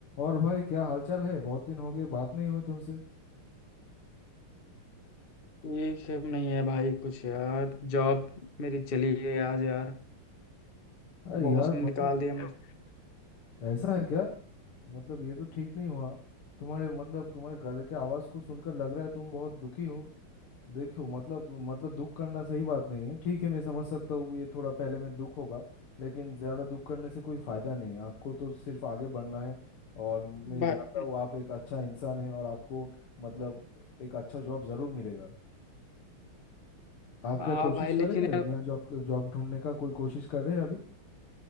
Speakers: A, on the left; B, on the left.
A: और भाई क्या हालचाल है बहुत दिन हो गए बात नहीं हुई तुमसे
B: ठीक है नहीं है भाई कुछ यार जॉब मेरी चली गई आज यार
A: अरे यार
B: बॉस ने निकाल
A: मतलब
B: दिया मुझे
A: ऐसा है क्या मतलब ये तो ठीक नहीं हुआ तुम्हारे मतलब तुम्हारे गले के आवाज़ को सुनकर लग रहा है तुम बहुत दुखी हो देखो मतलब मतलब दुख करना सही बात नहीं है ठीक है मैं समझ सकता हूँ ये थोड़ा पहले में दुख होगा लेकिन ज़्यादा दुख करने से कोई फ़ायदा नहीं है आपको तो सिर्फ आगे बढ़ना है और मैं
B: बा-
A: जानता हूँ आप एक अच्छा इंसान हैं और आपको मतलब एक अच्छा जॉब ज़रूर मिलेगा आप
B: हाँ
A: क्या कोशिश
B: भाई लेकिन
A: करेंगे नया
B: यार
A: जॉब जॉब ढूंढने का कोई कोशिश कर रहे हैं अभी